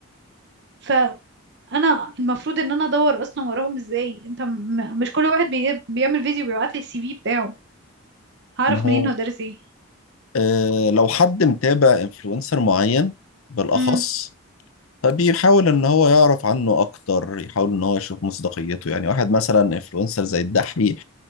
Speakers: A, on the right; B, on the left.
A: فانا المفروض ان انا ادور اصلا وراهم ازاي انت م- مش كل واحد بي- بيعمل فيديو بيبعت لي السي في بتاعه هعرف
B: ما هو
A: منين هو دارس ايه
B: آه، لو حد متابع انفلونسر معين بالأخص
A: امم
B: فبيحاول ان هو يعرف عنه اكتر يحاول ان هو يشوف مصداقيته يعني واحد مثلا انفلونسر زي الدحيح